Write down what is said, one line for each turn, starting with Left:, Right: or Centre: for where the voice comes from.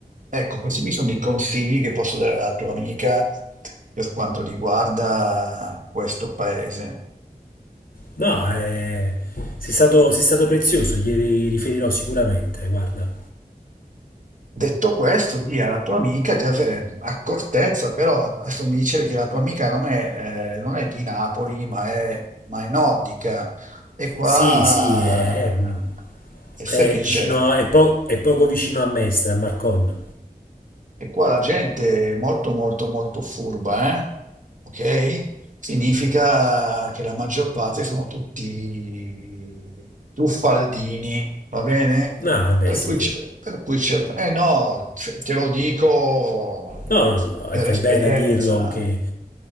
Right: Ecco, questi qui sono i consigli che posso dare alla tua amica per quanto riguarda questo paese.
Left: No, è, sei stato, sei stato prezioso, gli riferirò sicuramente, guarda.
Right: Detto questo, di alla tua amica di avere accortezza, però adesso mi dicevi che la tua amica non è, eh, non è di Napoli, ma è, ma è nordica. E qua,
Left: Sì, sì, è, è mm,
Right: e sai
Left: è
Right: che c'è?
Left: vicino, è, po- è poco vicino a Mestre, a Marcon.
Right: E qua la gente è molto molto molto furba, eh? Ok? Significa che la maggior parte sono tutti tuffaldini, va bene?
Left: Ah, beh,
Right: Per
Left: sì.
Right: cui, c- per cui cerca... Eh no, te te lo dico
Left: No, no, no,
Right: per
Left: e fai
Right: esperienza.
Left: bene a dirlo che...